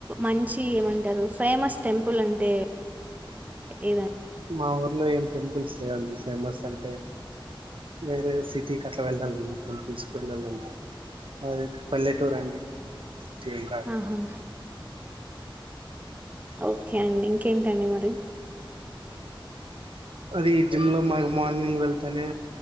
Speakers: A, on the right; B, on the right.
A: మంచి ఎవన్ అంటారు ఫేమస్ టెంపుల్ అంటే ఏద
B: మా ఊర్లో ఏం టెంపుల్స్ లేవండి ఫేమస్ అంటే వేరే సిటీకి అట్ల వెళ్ళాలి మేము టెంపుల్స్ కు వెళ్ళాలంటే మాది పల్లెటూర అండి సిటీకాదు
A: ఆహా ఓకే అండి ఇంకేంటండి మరి
B: అది జిమ్ లో మాకు మార్నింగ్ వెళ్తనే